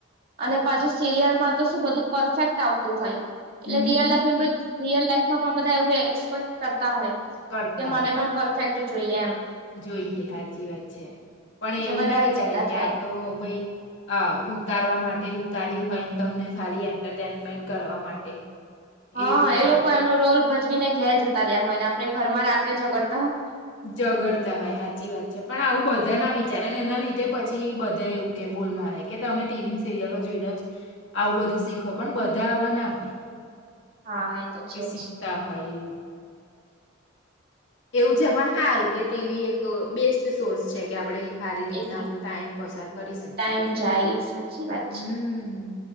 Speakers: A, on the right; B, on the left.
A: અને પાછું સિરિયલમાં, તો શું બધું પરફેક્ટ આવતું હોય એટલે
B: હમ
A: રિયલ લાઈફ, રીયલ લાઈફમાં પણ બધા, એવું એક્સપેક કર હોય,
B: કરતા
A: કે મને
B: હોય
A: પણ પરફેક્ટ જોઈએ, એમ
B: જોઈએ સાચી વાત છે, પણ
A: એટલે
B: એવું
A: વધારે
B: ના વિચારે
A: ઝઘડા
B: કે
A: થાય.
B: આ તો ભાઈ અ ઉતારવા માટે ઉતાર્યું હોયને, તમને ખાલી એન્ટરટેનમેન્ટ કરવા માટે
A: હા,
B: એવું
A: એ
B: પણ
A: લોકો એમનો રોલ ભજવીને ઘેર જતા રહ્યા હોય, ને આપડે ઘરમાં રાત્રે ઝગડ
B: ઝગડતા હોય, સાચી વાત છે, પણ આવું બધા ના વિચાર અને એના લીધે પછી બધા એવું કે બોલ મારે કે તમે ટીવી સિરિયલો જોઈને, જ આવું બધું શીખો, પણ બધા આવા ના હોય.
A: હા તો છે
B: એ શીખતા
A: જ.
B: હોય, એવું એવું છે, પણ સારું કે ટીવી એક બેસ્ટ સોર્સ છે, કે આપણે સારી રીતના
A: એક
B: આપણું ટાઈમ પસાર કરી શકીએ,
A: ટાઈમ જાય સાચી વાત
B: હમ્મ.
A: છે